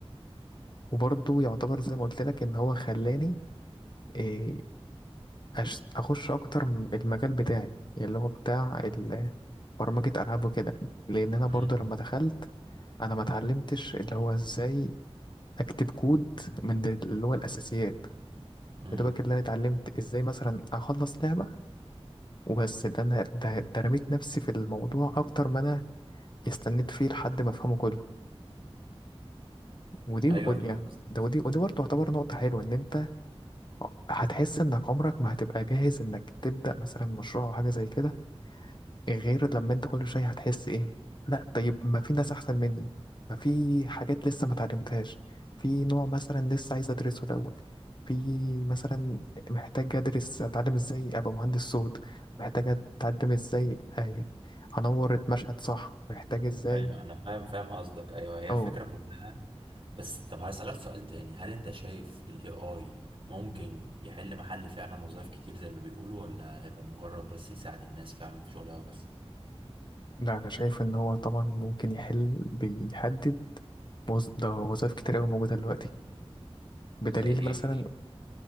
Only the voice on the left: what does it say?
وبرضه يعتبر زي ما قلت لك ان هو خلاني إيه أش... اخش اكتر م- المجال بتاعي اللي هو بتاع ال... برمجة العاب وكده لان انا برضه
لما دخلت انا ما اتعلمتش اللي هو ازاي اكتب كود من اللي هو الاساسيات
يا دوبك اللي انا اتعلمت ازاي مثلا اخلص لعبة وبس ده انا ده, ده رميت نفسي في الموضوع اكتر ما انا استنيت فيه لحد ما افهمه كله ودي
ودي
يعني
ده ودي ودي برضه تعتبر نقطة حلوة ان انت هتحس انك عمرك ما هتبقى جاهز انك تبدأ مثلا مشروع او حاجة زي كده غير لما انت كل شويه هتحس ايه لا طيب ما في ناس احسن مني ما في حاجات لسه ما اتعلمتهاش في نوع مثلا لسه عايز ادرسه الاول في مثلا محتاج ادرس اتعلم ازاي ابقى مهندس صوت محتاج اتعلم ازاي اه، انور المشهد صح محتاج ازاي
او
لا انا شايف ان هو طبعا ممكن يحل بيحدد وظ- ده وظائف كتير قوي موجوده دلوقتي بدليل
مثلا